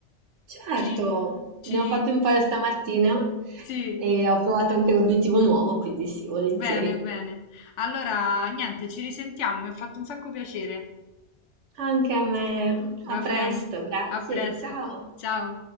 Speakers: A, on the right (about 85°); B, on the left (about 90°).
A: certo,
B: Ci,
A: ne
B: ci,
A: ho fatto un paio stamattina
B: sì,
A: e ho provato anche l'obiettivo nuovo, quindi sì, volentieri.
B: bene, bene. Allora, niente, ci risentiamo, mi ha fatto un sacco piacere.
A: Anche a me. A
B: Va
A: presto,
B: bene,
A: grazie.
B: a presto,
A: Ciao.
B: ciao.